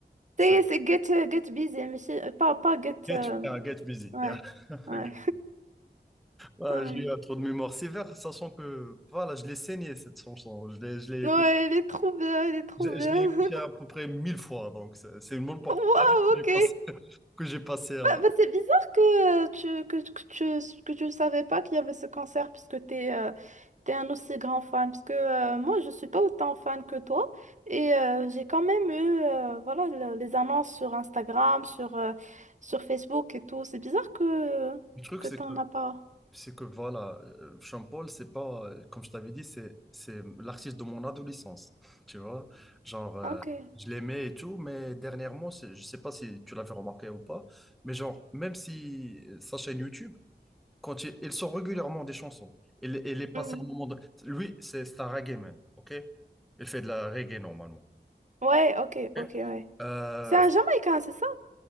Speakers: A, in the centre; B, on the right.
A: C'est
B: C'est c'est Get, euh, Get Busy, mais c'est- euh, pas, pas Get...
A: Get,
B: euh,
A: ah, Get Busy.
B: Ouais,
A: Yeah. <laughs>
B: ouais,
A: Ok. Ah,
B: ouais.
A: j'ai eu trop de mémoire sévère, sachant que voilà, je l'ai saigné cette chanson. Je l'ai, je l'ai écouté
B: Ouais, il est trop bien, il est trop
A: Je,
B: bien.
A: je l'ai
B: <laughs>
A: écouté à peu près mille fois, donc c'est c'est une bonne partie
B: Waouh,
A: de ma vie que
B: ok.
A: j'ai passée. <laughs> que j'ai passé, hein.
B: Ah, bah, c'est bizarre que euh, tu, que, que tu, que tu ne savais pas qu'il y avait ce concert puisque tu es, un aussi grand fan. Parce que euh, moi, je ne suis pas autant fan que toi. Et euh, j'ai quand même eu euh, voilà, le- les annonces sur Instagram, sur, euh, sur Facebook et tout. C'est bizarre que,
A: Le truc,
B: que
A: c'est
B: tu
A: que
B: n'en as pas.
A: C'est que voilà, euh, Sean Paul, c'est pas, euh, comme je t'avais dit, c'est, c'est l'artiste de mon adolescence, <laughs> tu vois. Genre, euh,
B: Ah, Ok.
A: je l'aimais et tout, mais dernièrement, c'est- je sais pas si tu l'avais remarqué ou pas, mais genre, même si euh, sa chaîne YouTube, quand il, il sort régulièrement des chansons, il, il est passé
B: Hmm.
A: un moment de... Lui, c'est c'est un reggae man, ok? Il fait de la reggae normalement.
B: Ouais, ok,
A: ok
B: ok, ouais.
A: Euh,
B: C'est un Jamaïcain, c'est ça?